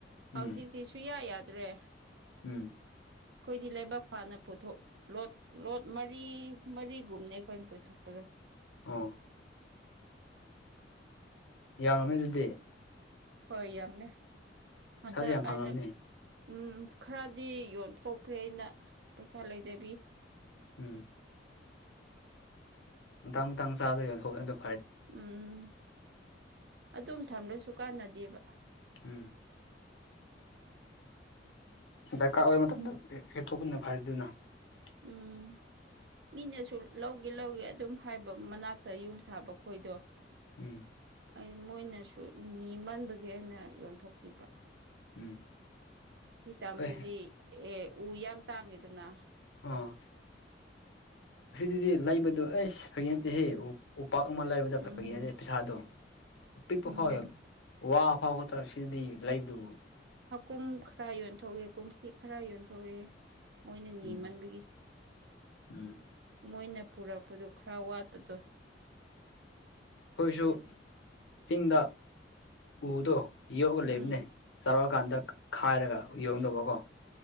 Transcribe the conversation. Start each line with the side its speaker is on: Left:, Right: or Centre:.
Right: ꯍꯧꯖꯤꯛꯇꯤ
Left: ꯎꯝ
Right: ꯁꯨꯌꯥ ꯌꯥꯗ꯭ꯔꯦ
Left: ꯎꯝ
Right: ꯑꯩꯈꯣꯏꯗꯤ ꯂꯩꯕꯥꯛ ꯐꯥꯅ ꯄꯨꯣꯊꯣꯛ ꯂꯣꯠ ꯂꯣꯠ ꯃꯔꯤ ꯃꯔꯤꯒꯨꯝꯅꯦ ꯑꯩꯈꯣꯏꯅ ꯀꯣꯏꯊꯣꯛꯄꯗꯣ
Left: ꯑ ꯌꯥꯝ ꯉꯝꯃꯦ ꯑꯗꯨꯗꯤ
Right: ꯍꯣꯏ ꯌꯥꯝꯃꯦ
Left: ꯄꯩꯁꯥꯁꯨ
Right: ꯑꯗ
Left: ꯌꯥꯝ
Right: ꯑꯩꯅ
Left: ꯐꯪꯉꯝꯅꯤ
Right: ꯎꯝ ꯈꯔꯗꯤ ꯌꯣꯟꯊꯣꯛꯈ꯭ꯔꯦ ꯑꯩꯅ ꯄꯩꯁꯥ ꯂꯩꯗꯕꯤ
Left: ꯎꯝ ꯃꯇꯥꯡ ꯃꯇꯥꯡ ꯆꯥꯗꯣꯏ ꯌꯣ ꯊꯣꯛꯂꯦ ꯑꯗꯨꯣ
Right: ꯎꯝ ꯑꯗꯨꯝ ꯊꯝꯂꯁꯨ ꯀꯥꯟꯅꯗꯦꯕ
Left: ꯎꯝ ꯗꯔꯀꯥꯔ ꯑꯣꯏꯕ ꯃꯇꯝꯗ ꯍ ꯊꯣꯛꯣꯛꯄꯟꯅ ꯐꯔꯤꯗꯨꯅ <inaudible>
Right: ꯎꯝ ꯃꯤꯅꯁꯨ ꯂꯧꯒꯦ ꯂꯧꯒꯦ ꯑꯗꯨꯝ ꯍꯥꯏꯕ ꯃꯅꯥꯛꯇ ꯌꯨꯝ ꯁꯥꯕ ꯈꯣꯏꯗꯣ
Left: ꯎꯝ
Right: ꯑꯩ ꯃꯣꯏꯅꯁꯨ ꯅꯤ ꯃꯟꯕꯒꯤ ꯑꯩꯅ ꯌꯣꯟꯊꯣꯛꯈꯤꯕ
Left: ꯎꯝ
Right: ꯁꯤ ꯇꯥꯝꯗꯗꯤ
Left: ꯍꯣꯏ
Right: ꯑꯦ ꯎ ꯌꯥꯝ ꯇꯥꯡꯉꯤꯗꯅ
Left: ꯑꯥ ꯑꯁꯤꯗꯤ ꯂꯩꯕꯗꯣ ꯑꯁ ꯐꯩ ꯅꯠꯇꯦꯍꯦ ꯑꯣ ꯎꯄꯥꯛ ꯑꯃ ꯂꯩꯕꯗ
Right: ꯎꯝ
Left: ꯐꯈꯤꯁꯦ ꯄꯩꯁꯥꯗꯨꯣ ꯄꯤꯛꯄ
Right: ꯎꯝ
Left: ꯐꯥꯎꯋꯦ ꯋꯥ ꯐꯥꯎꯕ ꯇꯦ ꯁꯤꯗꯤ ꯂꯩꯕꯗꯨ
Right: ꯍꯥꯀꯨꯝ ꯈꯔ ꯌꯣꯟꯊꯣꯛꯑꯦ ꯀꯨꯝꯁꯤ ꯈꯔ ꯌꯣꯟꯊꯣꯛꯑꯦ ꯃꯣꯏꯅ ꯅꯤꯃꯟꯕꯒꯤ
Left: ꯎꯝ ꯎꯝ
Right: ꯃꯣꯏꯅ ꯄꯨꯔꯛꯄꯗꯣ ꯈꯔ ꯋꯥꯠꯄꯗꯣ
Left: ꯑꯩꯈꯣꯏꯁꯨ ꯆꯤꯡꯗ ꯎꯗꯣ ꯌꯣꯛꯂ
Right: ꯎꯝ
Left: ꯂꯩꯕꯅꯦ ꯆꯥꯔꯛꯑꯀꯥꯟꯗ ꯈꯥꯏꯔꯒ ꯌꯣꯡꯗꯧꯕꯀꯣ